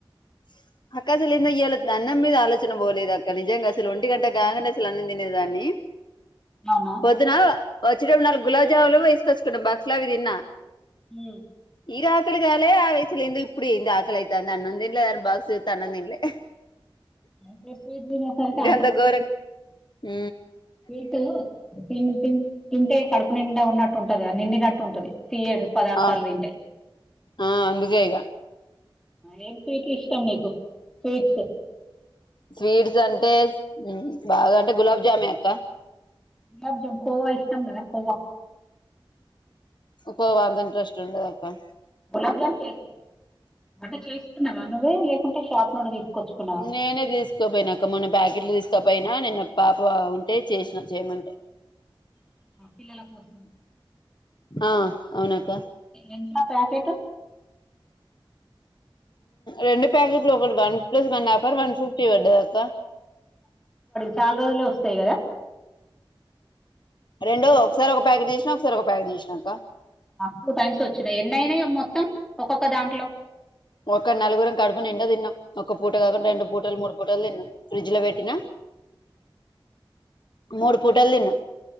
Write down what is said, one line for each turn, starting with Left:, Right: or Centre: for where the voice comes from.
Left: <inaudible> అక్క అసలు ఏందో ఇయాళ అన్నం మీద ఆలోచన పోలేదు అక్క నిజంగా అసలు ఒంటి గంట కాంగానే అసలు అన్నం తినేదాన్ని <inaudible>
Centre: అవునా
Left: పొద్దున వచ్చేటప్పుడు నాలుగు గులాబ్ జాములు వేసుకొచ్చుకున్నా బాక్స్లో అవి తిన్నా
Centre: ఊ
Left: ఈర ఆకలిగాలే ఆ వైసులిందు ఇప్పుడుంది ఆకలైతాంది అన్నం దిన్ లారు బాక్స్ తెత్తే అన్నం తినలే
Centre: అయితే స్వీట్ తినేసరికి
Left: గంత ఘోరం ఊ
Centre: స్వీటు <unintelligible> తింటే కడుపు నిండా ఉన్నట్టు ఉంటది నిండినట్టు ఉంటది తియ్యడు పదార్థాలు
Left: ఆ
Centre: దింటే
Left: ఆ అందుకే ఇగ
Centre: ఏం స్వీట్లు ఇష్టం నీకు స్వీట్స్
Left: స్వీట్స్ అంటే బాగా అంటే గులాబ్ జామే అక్క
Centre: గులాబ్ జామ్ కోవా ఇష్టం లేద కోవా
Left: కోవా అంతింట్రెస్ట్ ఉండదక్క
Centre: గులాబ్ జామ్ చేస్ అంటే చేస్తున్నావా నువ్వు లేకుంటే షాప్ నుండి తీసుకొచ్చుకున్నావా
Left: నేనే జిస్ కోబొయినాక్క మొన్న బ్యాకెట్లు తీసుకపోయినా నిన్న పాప ఉంటే చేసిన చేయమంటే
Centre: ఆ పిల్లల కోసం
Left: ఆ అవునక్క
Centre: ఎంత ప్యాకెట్
Left: రెండు ప్యాకెట్లు ఒకటి one plus one offer one fifty పడ్డదక్క
Centre: చాల రోజులే వస్తాయి గదా
Left: రెండో ఒకసారి ఒక ప్యాకెట్ చేసినా ఒకసారి ఒక ప్యాకెట్ చేసినాక
Centre: టూ టైమ్స్ వచ్చినయి ఎన్నైనై మొత్తం ఒక్కొక్క దాంట్లో
Left: ఒక నలుగురం కడుపు నిండా తిన్నాం ఒక పూట కాకుండా రెండు పూటలు మూడు పూటలు తిన్నా ఫ్రిడ్జ్ లో పెట్టినా మూడు పూటలు
Centre: ఫ్రిజ్
Left: తిన్నం